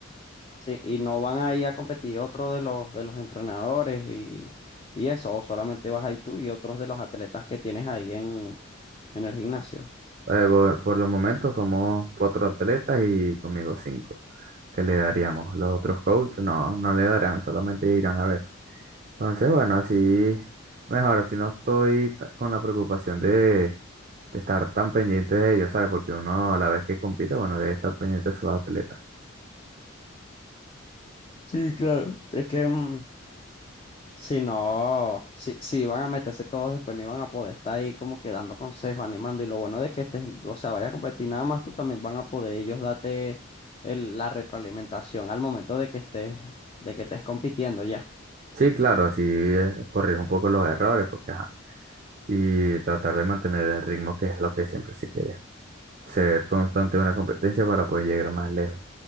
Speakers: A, on the left; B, on the right.
A: sí, y no van a ir a competir otro de los, de los entrenadores y, y eso, o solamente vas ahí tú y otros de los atletas que tienes ahí en, en el gimnasio.
B: Eh, por, por los momentos somos cuatro atletas y conmigo cinco que le daríamos. Los otros coaches no, no le darán, solamente irán a ver. Entonces, bueno, así mejor, así no estoy ta- con la preocupación de, de estar tan pendiente de ellos, ¿sabes? Porque uno a la vez que compite, bueno, debe estar pendiente de sus atletas.
A: Sí, claro. Es que mm, Si no, si, si van a meterse todos después, no iban a poder estar ahí como que dando consejos, animando. Y lo bueno de que este, o sea, vaya a competir nada más, tú también van a poder ellos darte el- la retroalimentación al momento de que estés, de que estés compitiendo ya.
B: Sí, claro, así eh, corrijo un poco los errores, porque ajá, y tratar de mantener el ritmo, que es lo que siempre se quiere. Ser constante en una competencia para poder llegar más lejos.